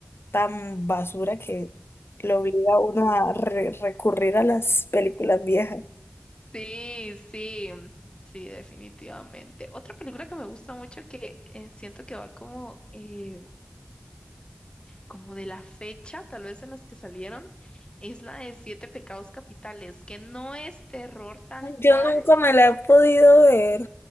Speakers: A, on the left; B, on the left.
A: tan basura que lo obliga a uno a re- recurrir a las películas viejas.
B: Sí, sí, sí, definitivamente. Otra película que me gusta mucho que eh, siento que va como, eh, como de la fecha, tal vez en las que salieron, es la de Siete Pecados Capitales, que no es terror tal cual
A: Yo nunca me la he podido ver.